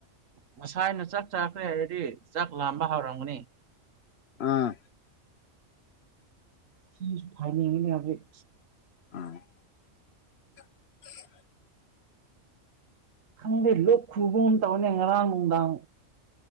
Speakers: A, on the right; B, on the left.
A: ꯉꯁꯥꯏꯅ ꯆꯥꯛ ꯆꯥꯈ꯭ꯔꯦ ꯍꯥꯏꯔꯗꯤ ꯆꯥꯛ ꯂꯥꯝꯕ ꯍꯧꯔꯝꯒꯅꯤ꯫
B: ꯑꯥ꯫
A: ꯏꯁ ꯐꯥꯏꯅꯤꯡꯕꯅꯦ ꯍꯧꯖꯤꯛ꯫
B: ꯑ꯫ <inaudible>
A: ꯈꯪꯗꯦ ꯂꯣꯛ ꯈꯨꯕꯒꯨꯝ ꯇꯧꯕꯅꯦ ꯉꯔꯥꯡ ꯅꯨꯡꯗꯥꯡ꯫